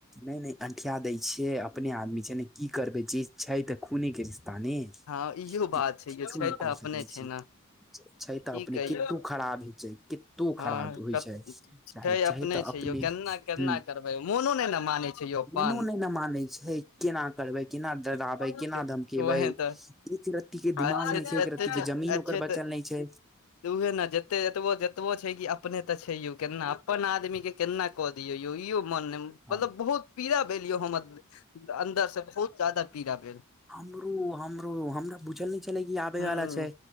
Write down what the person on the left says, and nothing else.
हँ इहो बात
छै य छै
तऽ
अपने
छै
ने
की
कहियौ
हँ
छै
छै
यौ केना केना
करबै मोनो नहि ने मानै छै यौ अपन
के-
उएह
तऽ
आ
अच्छे
एते
अच्छे
तऽ
उहे ने जेतेक जेत कतबो छै कि अपने ते छै यौ केना अपन आदमी के केना कऽ दियऔ य इो मन मतलब
बहुत पीड़ा भेल यो हम अंन्दर से बहुत जादा पीड़ा भेल
हूँ